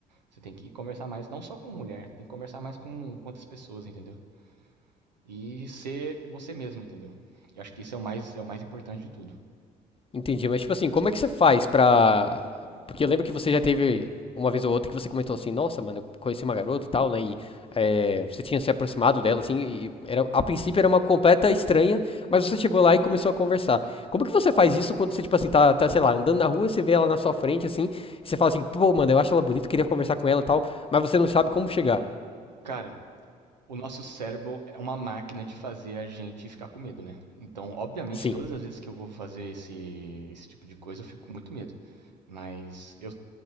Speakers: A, on the right (about 85°); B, on the left (about 25°).
A: Você tem que conversar mais, não só com mulher, tem que conversar mais com, com outras pessoas, entendeu? E ser você mesmo, entendeu? Eu acho que isso é o mais, é o mais importante de tudo.
B: Entendi, mas tipo assim, como é que você faz pra. Porque eu lembro que você já teve uma vez ou outra que você comentou assim, nossa, mano, eu conheci uma garota e tal, né? E é, você tinha se aproximado dela, assim, e era, a princípio era uma completa estranha, mas você chegou lá e começou a conversar. Como que você faz isso quando você, tipo assim, tá, tá, sei lá, andando na rua, e você vê ela na sua frente, assim, e você fala assim, pô, mano, eu acho ela bonita, queria conversar com ela e tal, mas você não sabe como chegar.
A: Cara, o nosso cérebro é uma máquina de fazer a gente ficar com medo, né? Então, obviamente,
B: Sim,
A: todas as vezes que eu vou fazer esse, esse tipo de coisa, eu fico com muito medo. Mas eu,